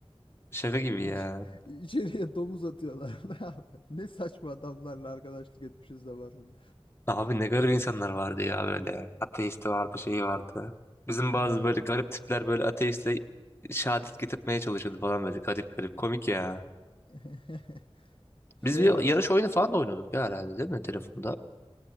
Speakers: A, on the left; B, on the left.
A: Şaka gibi
B: İç,
A: ya.
B: içeriye domuz atıyorlardı <laughs> abi. Ne saçma adamlarla arkadaşlık etmişiz zamanında.
A: Abi ne garip insanlar vardı ya böyle. Ateisti vardı, şeyi vardı. Bizim bazı
B: Ne
A: böyle garip tipler böyle ateiste şehadet getirtmeye çalışıyordu falan böyle garip garip. Komik ya.
B: <laughs> şey
A: Biz bir
B: var
A: yarış
B: o
A: oyunu falan da oynuyorduk ya herhalde değil mi telefonda?